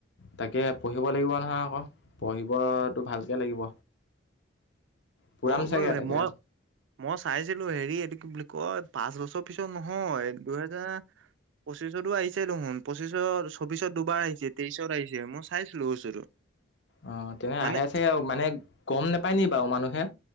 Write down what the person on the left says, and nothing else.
তাকে পঢ়িব লাগিব নহয় আকৌ পঢ়িবতো ভালকে লাগিব। পুৰাম
চাগে
তাকে
অ, তেনে
আহে চে মানে গম নোপায় নি বাৰু। মানুহে